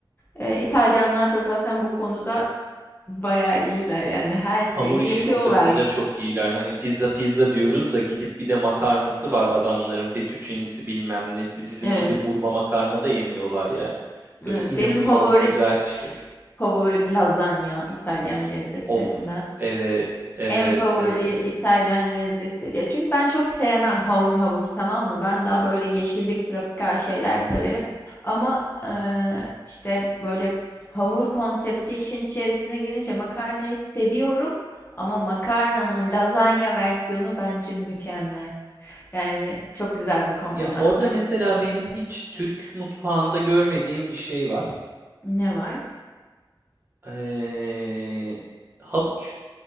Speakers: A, on the left (about 25°); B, on the right (about 25°).
A: E, İtalyanlar da zaten bu konuda bayağı iyiler yani her
B: hamur
A: şeyi
B: işi
A: yapıyorlar.
B: noktasında çok iyiler. Hani pizza pizza diyoruz da gidip bir de makarnası var adamların fettuccinisi bilmem nesi. Bizim
A: Evet.
B: gibi burma makarna da yemiyorlar yani.
A: Evet
B: Böyle inanılmaz
A: benim favorim
B: güzel işte.
A: Favorim lazanya İtalyan lezzetlerinden.
B: Of, evet, evet,
A: En favori
B: evet.
A: İtalyan lezzeti. Ya çünkü ben çok sevmem hamur hamur tamam mı? Ben daha böyle yeşillik, tropikal şeyler severim. Ama eee, işte böyle hamur konsepti işin içerisine girince makarnayı seviyorum. Ama makarnanın lazanya versiyonu bence mükemmel. Yani çok güzel bir kombinasyon.
B: Ya orada mesela benim hiç Türk mutfağında görmediğim bir şey var.
A: Ne var?
B: Ee, havuç,